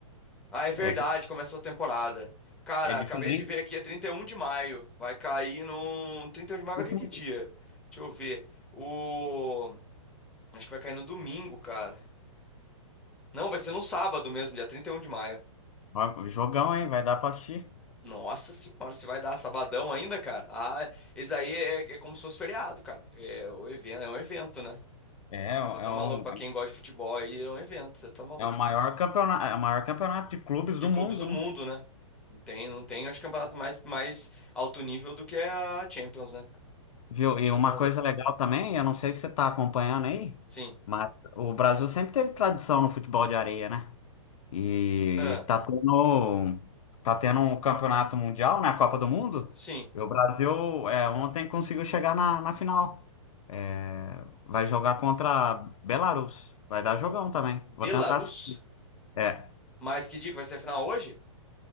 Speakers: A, in the centre; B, on the left.
A: Ah, é verdade,
B: É, que-
A: começou a temporada. Cara,
B: é diferente.
A: acabei de ver aqui, é 31 de maio. Vai cair no 31 de maio
B: Último.
A: vai cair que dia? Deixa eu ver. O Acho que vai cair no domingo, cara. Não, vai ser no sábado mesmo, dia 31 de maio.
B: Ó, Jogão, hein? Vai dar pra assistir.
A: Nossa senhora, se vai dar sabadão ainda, cara? Ah, esse aí é, é como se fosse feriado, cara. É, o evento, é um evento, né?
B: É, é
A: Você tá
B: um.
A: maluco. Pra quem gosta de futebol aí, é um evento, você tá maluco.
B: É o maior campeonato, é o maior campeonato de clubes
A: De
B: do
A: clubes
B: mundo,
A: do mundo,
B: né?
A: né? Não tem, não tem, acho que campeonato mais, mais alto nível do que a Champions, né, cara?
B: Viu? E
A: Você
B: uma
A: tá louco.
B: coisa legal também, eu não sei se você está acompanhando aí,
A: Sim.
B: mas o Brasil sempre teve tradição no futebol de areia, né? E
A: Ah,
B: tá tendo, tá tendo um campeonato mundial, né? A Copa do Mundo.
A: sim.
B: E o Brasil é, ontem conseguiu chegar na, na final. É, Vai jogar contra a Belarus. Vai dar jogão também.
A: Belarus?
B: Vou tentar. assistir. É,
A: Mas que dia que vai ser a final hoje?